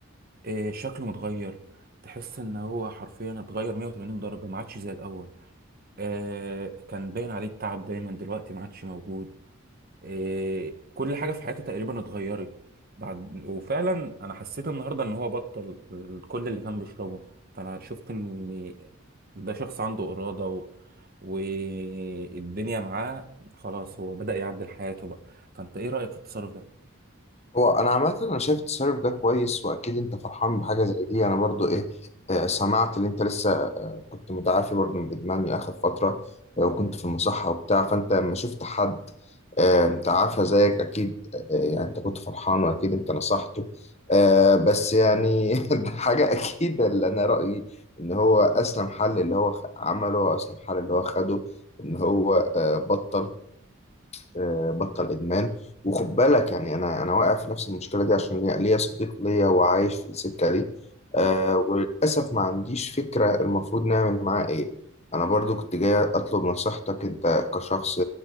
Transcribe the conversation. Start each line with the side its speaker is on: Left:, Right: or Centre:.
Right: إيه شكله متغير تحس ان هو حرفيا اتغير 180 درجة ما عادش زي الاول إيه كان باين عليه التعب دايما دلوقتي ما عادش موجود إيه، كل حاجة في حياته تقريبا اتغيرت بعد وفعلا انا حسيت النهارده ان هو بطل كل اللي كان بيشربه فانا شفت ان ده شخص عنده إرادة و... والدنيا معاه خلاص هو بدأ يعدل حياته بقى فانت ايه رأيك في التصرف ده
Left: هو انا عامه انا شايف التصرف ده كويس واكيد انت فرحان بحاجه زي دي انا برضو ايه آه، سمعت ان انت لسه كنت متعافي برضو من الادمان من اخر فتره آه، وكنت في المصحه وبتاع فانت لما شفت حد آه، متعافى زيك اكيد آه، يعني انت كنت فرحان واكيد انت نصحته آه، بس يعني <laughs> ده حاجه اكيد اللي انا رايي ان هو اسلم حل اللي هو خ- عمله واسلم حل اللي هو خده ان هو آه، بطل آه، بطل ادمان وخد بالك يعني انا انا واقع في نفس المشكله دي عشان ليا ليا صديق ليا وعايش في السكه دي آه وللاسف ما عنديش فكره المفروض نعمل معاه ايه انا برضو كنت جاي اطلب نصيحتك انت كشخص